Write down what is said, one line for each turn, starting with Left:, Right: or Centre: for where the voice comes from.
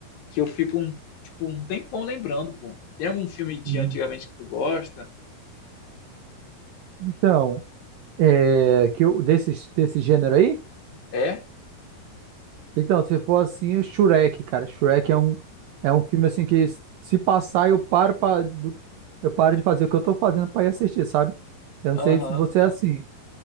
Left: que eu fico um, tipo, um tempão lembrando, pô. Tem algum filme de
Right: uhum.
Left: antigamente que tu gosta?
Right: Então, É, que eu, desse, desse gênero aí?
Left: É?
Right: Então, se for assim, o Shrek, cara. Shrek é um, é um filme assim que se passar eu paro pra, do- eu paro de fazer o que eu tô fazendo pra ir assistir, sabe? Eu não
Left: Aham.
Right: sei se você é assim.